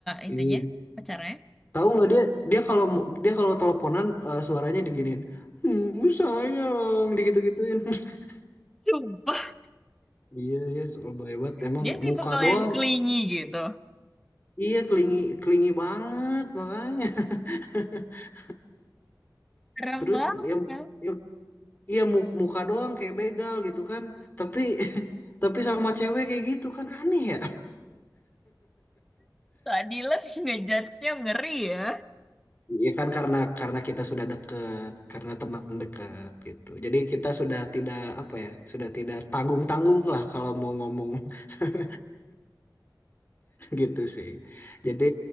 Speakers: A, on the left (about 25°); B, in the centre.
A: Iya.
B: itunya, pacarnya.
A: Tahu nggak dia dia kalau dia kalau teleponan eh, suaranya diginiin. Hmm, sayang digitu-gituin. <laughs>
B: Sumpah,
A: Iya, iya lebih hebat. Emang
B: dia tipe
A: muka
B: kalau
A: doang.
B: yang clingy gitu.
A: Iya, kelingi kelingi banget makanya. <laughs>
B: Jarang
A: Terus
B: banget.
A: yang yang iya mu- muka doang kayak begal gitu kan. Tapi <laughs> tapi sama cewek kayak gitu kan aneh ya.
B: Keadilan ngejudge-nya ngeri ya.
A: Iya kan karena karena kita sudah dekat, karena teman dekat gitu. Jadi kita sudah tidak apa ya, sudah tidak tanggung-tanggung lah kalau mau ngomong <laughs> gitu sih. Jadi,